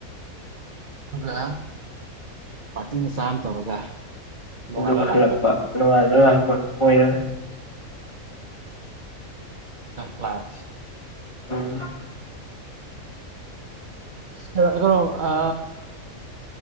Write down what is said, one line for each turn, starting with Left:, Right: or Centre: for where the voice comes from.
Right: ꯍ ꯄꯠꯅ ꯁꯥꯟꯝ ꯇꯧꯔꯒ ꯅꯣꯡꯉꯥꯜꯂ
Left: ꯑꯗꯨ ꯈꯜꯂꯛꯄꯅꯨꯡꯥꯏ
Right: ꯂꯥꯛꯄ
Left: ꯑꯗꯨ ꯂꯔꯅ
Right: ꯀ꯭ꯂꯥꯁ
Left: ꯎꯝ
Right: ꯍ ꯀꯩꯅꯣ ꯑ